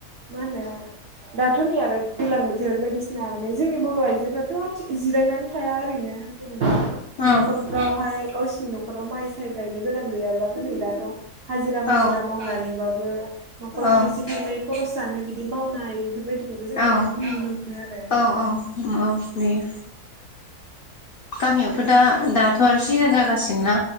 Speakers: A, on the right (about 65°); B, on the left (about 85°).
A: मा होनो दाथ नै आरो दैज्लां बोथोर बायदिसिना माने जोंनि बर' आइजोफ्राथ जिरायनानै थाया ओरैनो जेनेबा
B: ओं
A: न'खरफ्रावहाय गावसिनि नखराव माइ साय गायनो गोनां गैयाब्लाबो नै दाथ हाजिरा मुजिरा
B: औ
A: मावनानैबाबो नखराव
B: औ
A: थाइसे थाइनै खरस जानो बिदि मावनाय बेफोरबायदिखौबो जोङो
B: औ
A: गोबां नुनो मोनो आरो
B: औ औ औ नुयो गामियावथ' दा दाथ' आरो सिजोन जागासिनोना